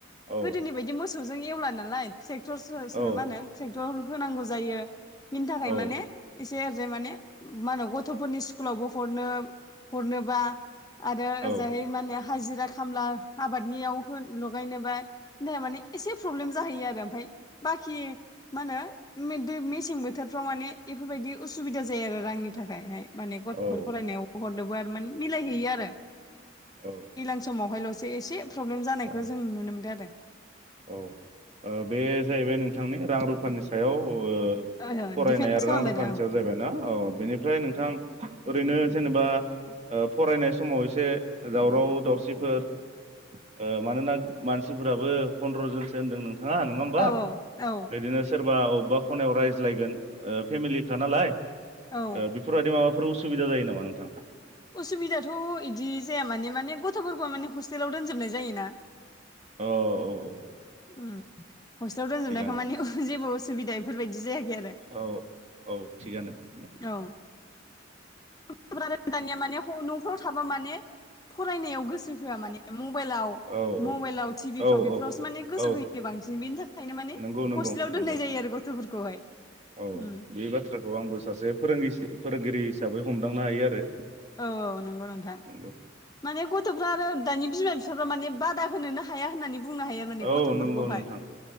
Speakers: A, on the right; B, on the left.
A: औ
B: गोदोनि बायदि मोसौजों एवला नालाय ट्रेक्टरसो
A: औ
B: मा होनो। ट्रेक्टर होनांगौ जायो बिनि थाखाय
A: औ
B: माने एसे आरैजाय माने माहोनो गथ'फोरनि स्कुलावबो हरनो हरनोबा आरो
A: औ
B: जाहै माने हाजिरा खामला आबादनियाव होन लगायनोबा मानि एसे प्रब्लेम जाहैयो आरो ओमफफ्राय बाखि मा होनो मेदे मेसें बोथोरफ्राव माने इफोरबायदि उसुबिदा जायो आरो रांनि थाखायहाय। माने गथ'फोर
A: औ
B: फरायनायाव हरनोबो आरो माने मिलायहैयो आरो।
A: औ।
B: दैलां समावहायल'सो एसे प्रब्लेम जानायखौ
A: औ
B: जों नुनो मोनदों आरो।
A: औ ओ बे जाहैबाय नोंथांनि रां रुफानि सायाव ओ
B: ओहो
A: फरायनाय
B: दिफेन्स
A: आरो
B: खालामबायदा
A: आं रुपानसेयाव जाहैबाय ना औ बेनिफ्राय नोंथां ओरैनो जेनेबा ओ फरायनाय समाव एसे दावराव-दावसिफोर ओ मानोना मानसिफोराबो फन्द्र'जोनसो होन्दों नोंथाङा नङा होमबा
B: औ औ
A: बिदिनो। सोरबा अबेबा खनायाव रायज्लायगोन ओ फेमिलिखा नालाय ओ
B: औ
A: बेफोरबायदि माबाफोर उसुबिदा जायो नामा नोंथां?
B: उसुबिदाथ' इदि जाया माने माने गथ'फोरखौ माने हस्टेलाव दोनजोबनाय जायो ना।
A: औ औ औ।
B: ओम हस्टेलाव दोनजोबनायखाय
A: थिगानो
B: माने ओ जेबो असुबिदा इफोरबायदि जायाखै आरो।
A: औ औ थिगानो नो।
B: औ। ओम गथ' फोरानो दानिया माने न'फ्राव थाबा माने फरायनायाव गोसो होआ माने मबेइलाव
A: औ औ
B: मबेइलाव, टिभिफफ्राव
A: औ
B: बेफोरावसो
A: औ
B: माने गोसो
A: औ
B: होयो बांसिन बेनि थाखायनो माने
A: नंगौ नंगौ
B: हस्टेलाव
A: नंगौ
B: दोननाय जायो आरो गथ'फोरखौहाय।
A: औ
B: उम
A: बे बाथ्राखौ आंबो सासे फोरोंगिसि फोरोंगिरि हिसाबै हमदांनो हायो आरो।
B: औ औ नंगौ नोंथां।
A: नंगौ
B: माने गथ'फ्रा आरो दानि बिमा-बिफाफ्रा माने बादा होनोनो हाया होननानै बुंनो हायो। माने
A: औ
B: गथ'फोरखौहाय
A: नंगौ नोंथां